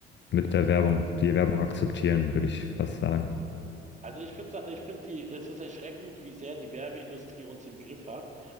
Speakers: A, on the left (about 35°); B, on the right (about 25°).
A: mit der Werbung, die Werbung akzeptieren, würde ich fast sagen.
B: Also ich finde, ich finde die, es ist erschreckend, wie sehr die Werbeindustrie uns im Griff hat,